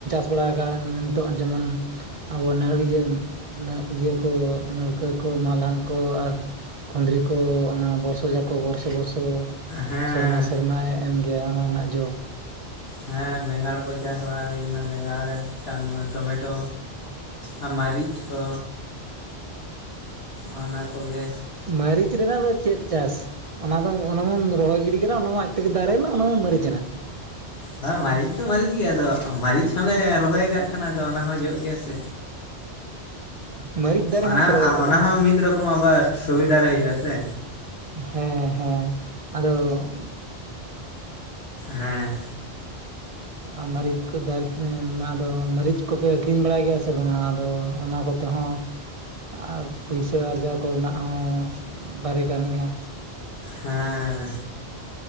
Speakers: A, on the right; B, on the left.
A: ᱛᱷᱚᱲᱟ ᱜᱟᱱ ᱱᱤᱛᱚᱜ ᱡᱮᱢᱚᱱ ᱟᱵᱚ ᱱᱟᱹᱲ ᱤᱭᱟᱹ, ᱤᱭᱟᱹ ᱠᱚ ᱱᱟᱹᱲᱠᱟᱹ ᱠᱚ, ᱢᱟᱞᱟᱱ ᱠᱚ ᱟᱨ ᱠᱩᱸᱫᱽᱨᱤ ᱠᱚ ᱚᱱᱟ ᱵᱚᱨᱥᱚ ᱡᱟᱠᱚ ᱵᱚᱨᱥᱚ ᱵᱚᱨᱥᱚ
B: ᱦᱮᱸ
A: ᱥᱮᱨᱢᱟ ᱥᱮᱨᱢᱟᱭ ᱮᱢ ᱜᱮᱭᱟ ᱚᱱᱟ ᱨᱮᱱᱟᱜ ᱡᱚ᱾
B: ᱦᱮᱸ ᱵᱮᱸᱜᱟᱲ ᱠᱚ ᱪᱟᱥ ᱵᱟᱲᱟ ᱦᱩᱭ ᱠᱟᱱᱟ ᱵᱮᱸᱜᱟᱲ, ᱴᱟᱢᱟᱴᱳ ᱴᱚᱢᱮᱴᱳ, ᱟᱨ ᱢᱟᱹᱨᱤᱪ ᱠᱚ᱾ ᱚᱱᱟ ᱠᱚᱜᱮ᱾
A: ᱢᱟᱹᱨᱤᱪ ᱨᱮᱱᱟᱜ ᱫᱚ ᱪᱮᱫ ᱪᱟᱥ? ᱚᱱᱟ ᱫᱚ ᱚᱱᱟ ᱢᱟᱢ ᱨᱚᱦᱚᱭ ᱜᱤᱰᱤ ᱠᱮᱫᱟ ᱚᱱᱟ ᱢᱟ ᱟᱡ ᱛᱮᱜᱮ ᱫᱟᱨᱮᱭᱮᱱᱟ ᱚᱱᱟᱢᱟ ᱢᱟᱹᱨᱤᱡ ᱮᱱᱟ᱾
B: ᱦᱳᱭ ᱢᱟᱹᱨᱤᱪ ᱫᱚ ᱢᱟᱹᱨᱤᱪ ᱜᱮ ᱟᱫᱚ ᱢᱟᱹᱨᱤᱪ ᱦᱚᱸ ᱞᱮ ᱨᱚᱦᱚᱭ ᱠᱟᱜ ᱠᱟᱱᱟ ᱟᱫᱚ ᱚᱱᱟ ᱦᱚᱸ ᱡᱚᱜ ᱜᱮᱭᱟ ᱥᱮ᱾
A: ᱢᱟᱹᱨᱤᱪ ᱫᱟᱨᱮ
B: ᱚᱱᱟ
A: ᱦᱚᱸᱯᱮ ᱨᱚᱦᱚᱭ ᱠᱟᱫᱟ
B: ᱚᱱᱟ ᱦᱚᱸ ᱢᱤᱫ ᱨᱚᱠᱚᱢ ᱟᱵᱟᱨ ᱥᱩᱵᱤᱫᱟ ᱨᱮ ᱦᱤᱡᱩᱜᱼᱟ ᱥᱮ᱾
A: ᱦᱮᱸ ᱦᱮᱸ, ᱟᱫᱚ
B: ᱦᱮᱸ᱾
A: ᱟᱨ ᱢᱟᱹᱨᱤᱪ ᱠᱚ ᱫᱚ <inaudible> ᱟᱫᱚ ᱢᱟᱹᱨᱤᱪ ᱠᱚᱯᱮ ᱟᱹᱠᱷᱨᱤᱧ ᱵᱟᱲᱟᱭ ᱜᱮᱭᱟ ᱥᱮ ᱵᱟᱝ? ᱟᱫᱚ ᱚᱱᱟ ᱠᱚᱛᱮ ᱦᱚᱸ ᱟᱨ ᱯᱩᱭᱥᱟᱹ ᱟᱨᱡᱟᱣ ᱠᱚ ᱨᱮᱱᱟᱜ ᱦᱚᱸ ᱫᱟᱨᱮ ᱠᱟᱱ ᱜᱮᱭᱟ᱾
B: ᱦᱮᱸ᱾